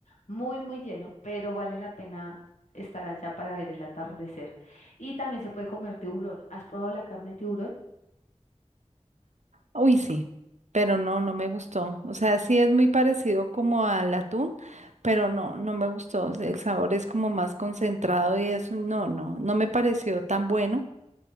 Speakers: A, on the left (about 90°); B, on the right (about 85°).
A: muy, muy lleno, pero vale la pena estar allá para ver el atardecer. Y también se puede comer tiburón. ¿Has probado la carne de tiburón?
B: Uy, sí, pero no, no me gustó. O sea, sí es muy parecido como al atún, pero no, no me gustó. O sea, El sabor es como más concentrado y eso, no, no, no me pareció tan bueno.